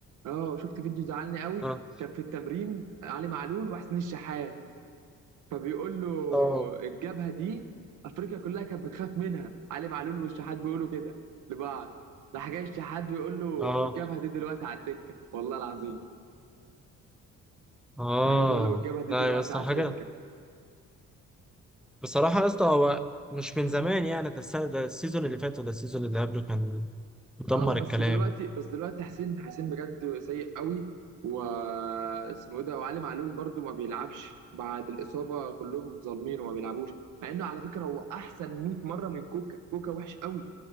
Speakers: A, on the right (about 85°); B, in the centre.
A: اه شفت فيديو زعلني قوي
B: آه
A: كان في التمرين علي معلول وحسين الشحات فبيقول له
B: آه
A: الجبهه دي افريقيا كلها كانت بتخاف منها علي معلول والشحات بيقولوا كده لبعض راح جاي الشحات بيقول له والجبهه
B: آه
A: دي دلوقتي على الدكه والله العظيم
B: آه
A: راح جاي بيقول له والجبهه دي
B: لا
A: دلوقتي
B: يا اسطى
A: على
B: حاجة
A: الدكه
B: بصراحة يا اسطى هو مش من زمان يعني ده السنة ده السيزون اللي فات وده السيزون اللي قبله كان مدمر
A: اه
B: الكلام
A: بس دلوقتي بس دلوقتي حسين حسين بجد سيء قوي و اسمه إيه ده وعلي معلول برضو ما بيلعبش بعد الاصابه كلهم ظالمين وما بيلعبوش مع انه على فكره هو احسن 100 مره من كوكا كوكا وحش قوي